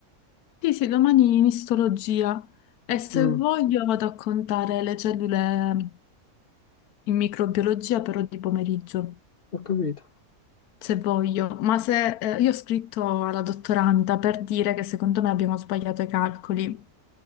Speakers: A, on the left; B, on the left.
A: Sì, sì, domani in istologia e se
B: Mm,
A: voglio vado a contare le cellule in microbiologia però di pomeriggio,
B: ho capito.
A: se voglio. Ma se eh, io ho scritto alla dottoranda per dire che secondo me abbiamo sbagliato i calcoli